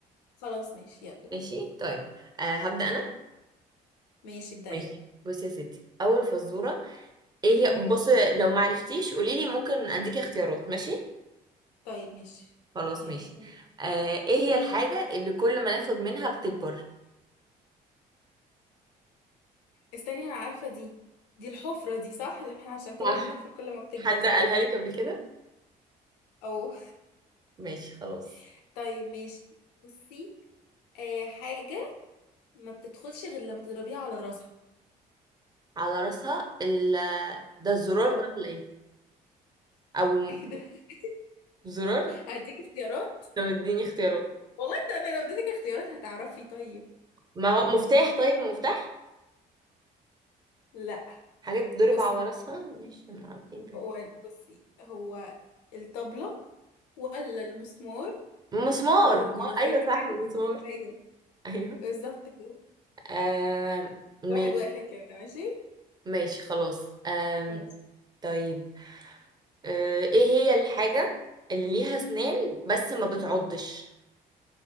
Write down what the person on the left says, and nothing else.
خلاص ماشي يلا بينا
ماشي ابدأ
يلا
مم.
طيب ماشي
يلا
قولي
استني انا عارفه دي دي الحفره دي صح اللي احنا عشان كل
ما بنحفر كل ما بتكبر
صح
او
<laughs> طيب ماشي بصي آه حاجه ما بتدخلش غير لما تضربيها على راسها
اه
ايه ده <laughs>
هديك اختيارات
والله انت انا لو اديتك اختيارات هتعرفي طيب
لا
بص
هو بصي هو الطبلة ولا المسمار
ولا
الجرس
هي
حاجة
ايوه
بالظبط كده
واحد
واحد كده ماشي
خلاص